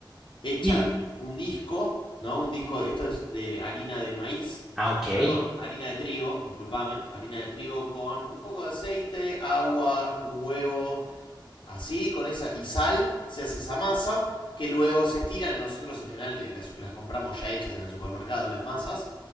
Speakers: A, on the left; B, in the centre.
A: hecha
B: Y,
A: un disco, ¿no? Un disco, esto es de harina de maíz,
B: ah, ok.
A: perdón, harina de trigo, discúlpame, harina de trigo con un poco de aceite, agua, un huevo, Así, con esa y sal, se hace esa masa que luego se estiran. Nosotros en general eh, las, las compramos ya hechas en el supermercado, las masas,